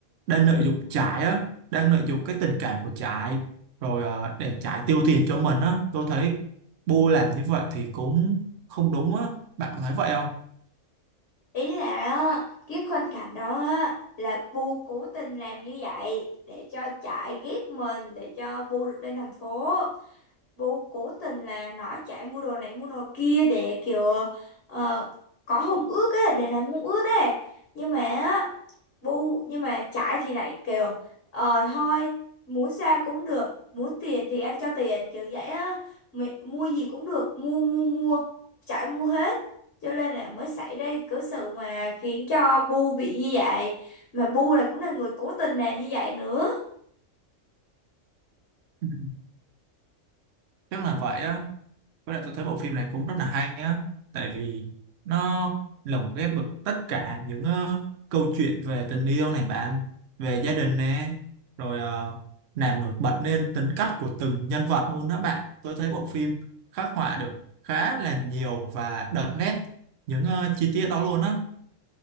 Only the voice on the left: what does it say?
ý là á, cái khoảnh cảnh đó á, là Bu cố tình làm như vậy để cho chạy ghép mình để cho Bu được lên thành phố Bu cố tình là nói chạy mua đồ này mua đồ kia để kiểu ờ, có hôn ước á để làm hôn ước á nhưng mà á, Bu nhưng mà Trải thì lại kiểu ờ thôi muốn sao cũng được muốn tiền thì anh cho tiền kiểu vậy á mày, mua gì cũng được mua mua mua Trải mua hết cho nên là mới xảy ra cái sự mà khiến cho Bu bị như vậy mà Bu này cũng là người cố tình làm như vậy nữa